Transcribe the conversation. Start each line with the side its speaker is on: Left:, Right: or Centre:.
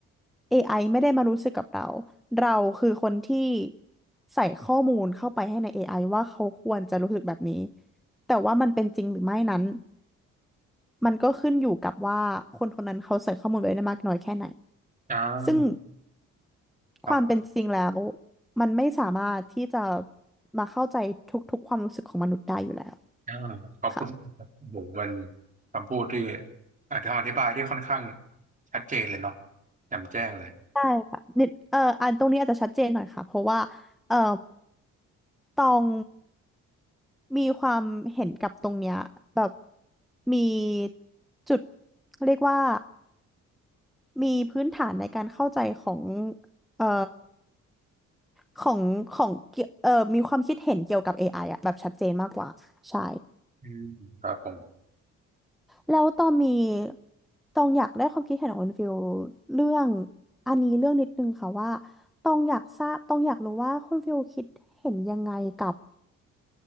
Centre: AI ไอไม่ได้มารู้สึกกับเราเราคือคนที่ใส่ข้อมูลเข้าไปให้ใน AI ว่าเขาควรจะรู้สึกแบบนี้แต่ว่ามันเป็นจริงหรือไม่นั้นมันก็ขึ้นอยู่กับว่าคนคนนั้นเขาใส่ข้อมูลไว้ได้มากน้อยแค่ไหน
Right: อ่า
Centre: ซึ่ง
Right: ครับ
Centre: ความเป็นจริงแล้วมันไม่สามารถที่จะมาเข้าใจทุกๆความรู้สึกของมนุษย์ได้อยู่แล้ว
Right: อ่าขอบคุณบากครับโหเป็น
Centre: ค่ะ
Right: คำพูดที่อาจจะคำอธิบายที่ค่อนข้างชัดเจนเลยเนาะแจ่มแจ้งเลย
Centre: ใช่ค่ะนิดเอ่ออันตรงนี้อาจจะชัดเจนหน่อยค่ะเพราะว่าเอ่อตองมีความเห็นกับตรงเนี้ยแบบมีจุดเรียกว่ามีพื้นฐานในการเข้าใจของเอ่อของของเกี่ยวเอ่อมีความคิดเห็นเกี่ยวกับ AI อไออะแบบชัดเจนมากกว่าใช่
Right: อืมครับผม
Centre: แล้วตองมีตองอยากได้ความคิดเห็นของคุณฟิลเรื่องอันนี้เรื่องนิดนึงค่ะว่าตองอยากทราบตองอยากรู้ว่าคุณฟิลคิดเห็นยังไงกับ